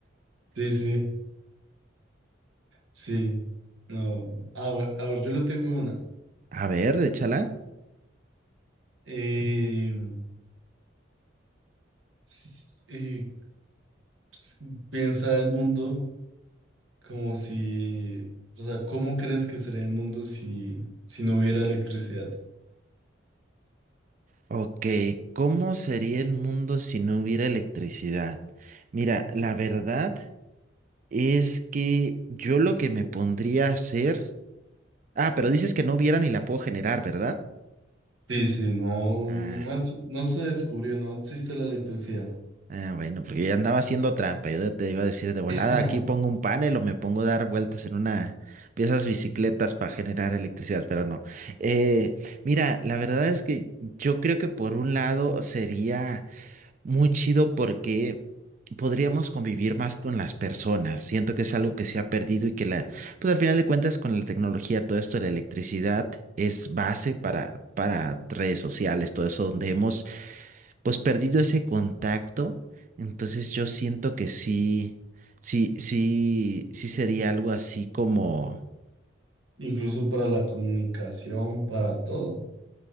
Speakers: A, on the right; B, on the right.
A: Sí, sí. Sí, no. a ver, a ver, yo le tengo una.
B: A ver, échala.
A: Eh, s- eh, ps- piensa el mundo como si, o sea, ¿cómo crees que sería el mundo si, si no hubiera electricidad?
B: Ok, ¿cómo sería el mundo si no hubiera electricidad? Mira, la verdad es que yo lo que me pondría a hacer... Ah, pero dices que no hubiera ni la puedo generar, ¿verdad?
A: Sí, sí, no,
B: Ah,
A: no, ex- no se descubrió, no existe la electricidad.
B: Ah, bueno, porque yo andaba haciendo trampa. Yo te iba a decir de volada,
A: <laughs>
B: aquí pongo un panel o me pongo a dar vueltas en una de esas bicicletas para generar electricidad, pero no. Eh, mira, la verdad es que yo creo que por un lado sería muy chido porque podríamos convivir más con las personas. Siento que es algo que se ha perdido y que la, pues al final de cuentas con la tecnología, todo esto de la electricidad es base para, para redes sociales, todo eso donde hemos pues perdido ese contacto, entonces yo siento que sí, sí, sí, sí sería algo así como,
A: Incluso para la comunicación, para todo.